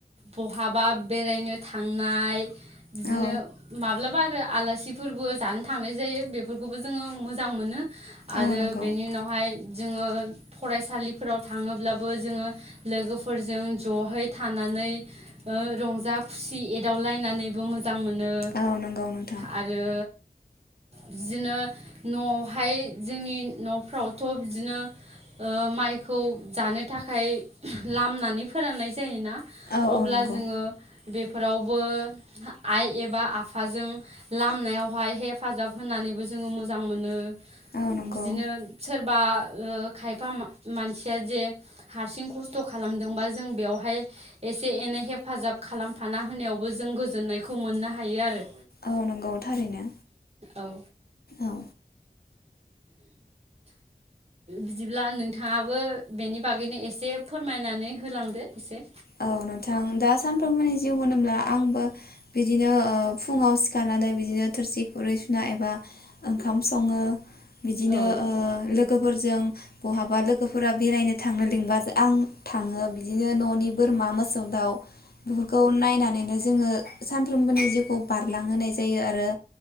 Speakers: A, on the right; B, on the left.
A: बहाबा बेरायनो थांनाय बिदिनो
B: औ
A: माब्लाब बा आरो आलासिफोरबो जानो थांनाय जायो बेफोरखौबो जोङो मोजां मोनो। आरो
B: औ नंगौ
A: बेनि उनावहाय जोङो फरायसालिफोराव थाङोब्लाबो जोङो लोगोफोरजों जहै थानानै रंजा खुसि एदावलायनानैबो मोजां मोजां मोनो
B: औ नंगौ नोंथां
A: आरो बिदिनो न'आवहाय जोंनि न'फ्रावथ' बिदिनो ओ माइखौ जानो थाखाय लामनानै फोराननाय जायोना
B: औ
A: अब्ला
B: औ नंगौ
A: जोङो बेफोराव बो आइ एबा आफाजों लामनायायावहाय हेफाजाब होनानैबो जोङो मोजां मोनो।
B: औ नंगौ
A: बिदिनो सोरबा ओ खायफा मानसिया जे हारसिं खस्थ' खालामदोंबा जों बेवहाय एसे एनै हेफाजाब खालामफाना होनायावबो जों गोजोननायखौ मोननो हायो आरो
B: औ नंगौ थारैनो
A: औ
B: औ
A: बिदिब्ला नोंथाङाबो बेनि बागैनो एसे फोरमायनानै होलांदो एसे
B: औ नोंथां दा सानफ्रोमबोनि जिउ होनोब्ला आंबो बिदिनो ओ फुङाव सिखारनानै बिदिनो थोरसि खुरै सुना एबा ओंखाम सङो। बिदिनो
A: औ
B: ओ लोगोफोरजों बहाबा लोगोफोरा बेरायनो थांनो लिंबा आं थाङो बिदिनो न'नि बोरमा मोसौ दाउ बेफोरखौ नायनानैनो जोङो सानफ्रोमबोनि जिउखौ बारलांहोनाय जायो आरो